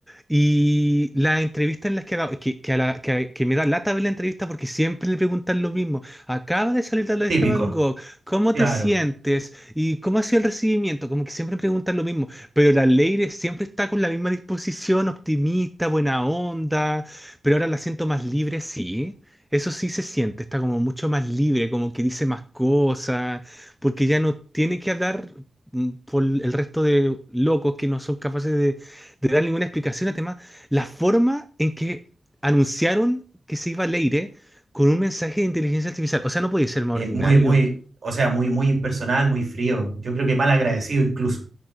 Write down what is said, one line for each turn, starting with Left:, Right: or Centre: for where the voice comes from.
Centre: Y las entrevistas en las que hago, que, que, a la- que- que me da lata ver la entrevista porque siempre le preguntan lo mismo. Acaba de salir de la de
Right: Típico,
Centre: Van Gogh, ¿cómo
Right: claro.
Centre: te sientes? ¿Y cómo ha sido el recibimiento? Como que siempre preguntan lo mismo. Pero la Leire siempre está con la misma disposición, optimista, buena onda, pero ahora la siento más libre, sí. Eso sí se siente, está como mucho más libre, como que dice más cosas, porque ya no tiene que hablar mm, por el resto de locos que no son capaces de de dar ninguna explicación al tema, la forma en que anunciaron que se iba Leire con un mensaje de inteligencia artificial. O sea, no podía ser más
Right: Eh,
Centre: ordinario.
Right: muy, muy, o sea, muy, muy impersonal, muy frío. Yo creo que mal agradecido incluso.